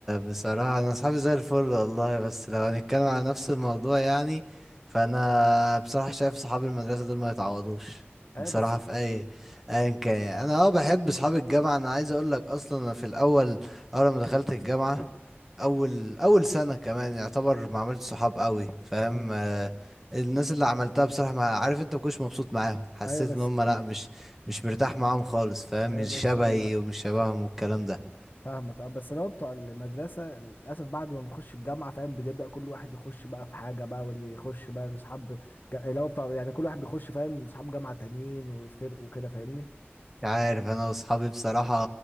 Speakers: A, in the centre; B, on the left (about 45°).
A: بصراحه انا اصحابي زي الفل والله بس لو هنتكلم على نفس الموضوع يعني فانا بصراحه شايف صحاب المدرسه دول ما يتعوضوش
B: ايوه
A: بصراحه
B: بس
A: في اي ايا كان يعني. انا اه بحب صحاب الجامعه انا عايز اقول لك اصلا انا في الاول اول ما دخلت الجامعه اول اول سنه كمان يعتبر ما عملتش صحاب قوي فاهم
B: مم.
A: آه، الناس اللي عملتها بصراحه ما عارف انت ما كنتش مبسوط معاهم حسيت
B: ايوه بس
A: ان هم لا مش مش مرتاح معاهم خالص فاهم
B: ايوه
A: مش
B: بس
A: شبهي
B: لا
A: ومش شبههم والكلام ده
B: فاهمك اه بس لو بتوع المدرسه للاسف بعد ما بنخش الجامعه فاهم بنبدا كل واحد يخش بقى في حاجه بقى واللي يخش بقى لاصحاب جا- اللي هو بتوع يعني كل واحد بيخش فاهم لاصحاب جامعه تانيين ويفترقوا وكده فاهمني
A: مش عارف انا واصحابي بصراحة